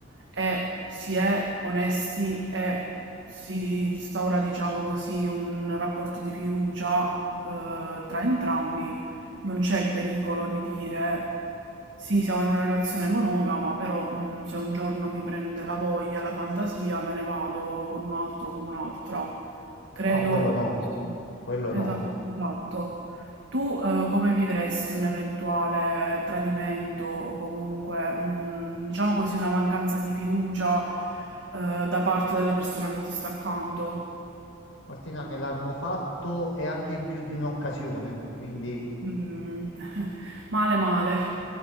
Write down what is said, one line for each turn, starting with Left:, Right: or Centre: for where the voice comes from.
Right: e si è onesti e si instaura, diciamo così, un rapporto di fiducia eh, tra entrambi, non c'è il pericolo di dire sì, siamo in una relazione monogama, però mh, se un giorno mi prende la voglia, la fantasia, me ne vado con un altro, con un'altra. Credo,
Left: No, quello no, quello no.
Right: esatto, esatto. Tu eh, come vivresti un eventuale tradimento o comunque un, diciamo così, una mancanza di fiducia eh, da parte della persona che ti sta accanto?
Left: Martina, me l'hanno fatto e anche in più di un'occasione, quindi...
Right: Mm, <laughs> Male, male.